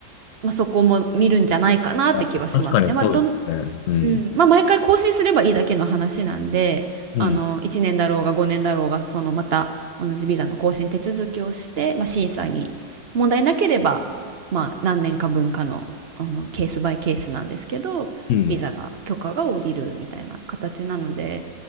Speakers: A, on the right (about 55°); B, on the left (about 80°).
A: まあ、そこも見るんじゃないかなって気はしますね。
B: あ、確かにそうですね。
A: まあどん
B: うん。
A: うんまあ、毎回更新すればいいだけの話なんであの1年だろうが5年だろうがそのまた同じビザの更新手続きをして、
B: うん。
A: まあ、審査に問題なければ、まあ、何年か分かの、あのケースバイケースなんですけどビザが許可が下りるみたいな形なので
B: うん。